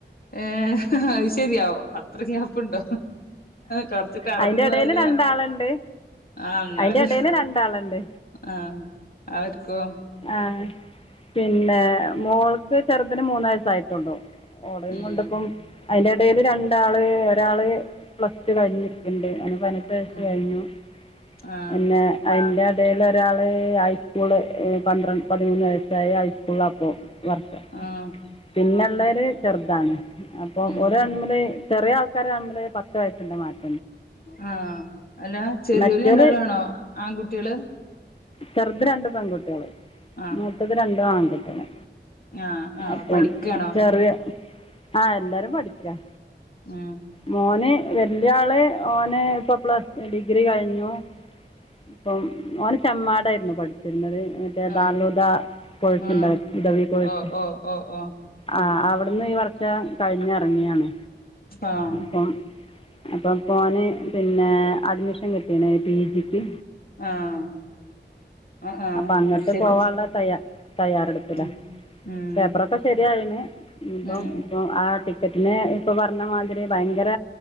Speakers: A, on the left; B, on the left.
A: ഏ അത് ശരിയാവോ അത്ര ഗ്യാപ്പുണ്ടോ കൊറച്ച് കടന്ന്
B: അതിൻ്റെ
A: പോയല്ലോ
B: ഇടയിൽ രണ്ടാളുണ്ട്
A: ആ എന്നല്
B: അതിൻ്റെ ഇടയിൽ രണ്ടാളുണ്ട്
A: ആ ആർക്കും
B: ആ പിന്നെ മോൾക്ക് ചെറുതിന് മൂന്ന് വയസ്സ് ആയിട്ടുള്ളു ഓളയും
A: ഉം
B: കൊണ്ടപ്പം അതിന്റെ എടേൽ രണ്ടാള് ഒരാള് പ്ലസ് ടു കഴിഞ് ണ്ട് അവന് പതിനെട്ടു വയസ്സ്
A: ഉം
B: കഴിഞ്ഞു
A: ആഹ്
B: പിന്നെ അതിന്റെ ഇടേല് ഒരാള് ഹൈസ്കൂള് പന്ത്ര പതിമൂന്ന് വയസ്സായി ഹൈസ്കൂളിലാ ഇപ്പം വർഷം
A: ആഹ്
B: പിന്നെള്ളര് ചെറുതാണ് അപ്പൊ
A: ഉം
B: ഒ അണ്മ്മില് ചെറിയ ആൾക്കാർ തമ്മില് പത്ത് വയസ്സണ്ട മാറ്റി
A: ആ അല്ല ചെറിയൊരു
B: മറ്റേത്
A: രണ്ടാളാണോ ആൺകുട്ടികള്
B: ചെറുത് രണ്ട് പെൺകുട്ടികള്
A: ആഹ്
B: മൂത്തത് രണ്ട് ആൺകുട്ടികള്
A: ആഹ് ആഹ്
B: അപ്പം
A: പഠിക്കാണോ
B: ചെറിയ ആ എല്ലാരും പഠിക്കാം
A: ആ
B: മോന് വല്യ ആള് ഓന് ഇപ്പൊ പ്ലസ്ടു ഡിഗ്രി കഴിഞ്ഞു ഇപ്പം ഓന് ചമ്മാടായിരുന്നു പഠിച്ചിരുന്നത് മറ്റേ
A: ആഹ്
B: ദാലോതാ കോഴ്സുണ്ടാ
A: ഉം
B: ഉദവി കോഴ്സ്
A: ഓ ഓ ഓ ഓ ഉം
B: ആ അവിടുന്ന് ഈ വർഷം കഴിഞ് ഇറങ്ങിയാണ്
A: ആഹ്
B: അപ്പം അപ്പൊ ഇപ്പൊ ഓന് പിന്നെ അഡ്മിഷൻ കിട്ടിയാണ് പി ജിക്ക്
A: ആഹ് ആഹ് ആഹ്
B: അപ്പൊ അങ്ങട്ട്
A: അത് ശരി
B: പോവാനുള്ള തയ്യ തയ്യാറെടുപ്പില്ല
A: ഉം ഉം
B: പേപ്പറൊക്കെ ശെരിയായിന് ഇപ്പ
A: ഉം
B: ഇപ്പൊ ആ ടിക്കറ്റിിനന് ഇപ്പൊ പറഞ്ഞമാതിരിയ ഭയങ്കര